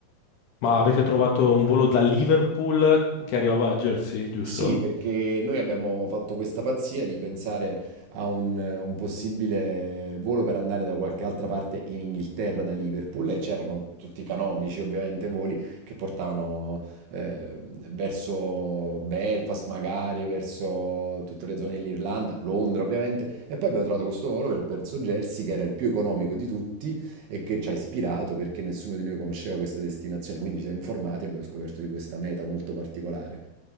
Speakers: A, on the left; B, on the right.
A: Ma avete trovato un volo da Liverpool che arrivava a Jersey, giusto?
B: Sì, perché noi abbiamo fatto questa pazzia di pensare a un, un possibile volo per andare da qualche altra parte in Inghilterra da Liverpool e c'erano tutti i canonici ovviamente voli che portavano eh, verso Belfast magari, verso tutte le zone dell'Irlanda, Londra ovviamente e poi abbiamo trovato questo volo per- verso Jersey che era il più economico di tutti e che ci ha ispirato perché nessuno di noi conosceva questa destinazione, quindi ci siamo informati e abbiamo scoperto di questa meta molto particolare.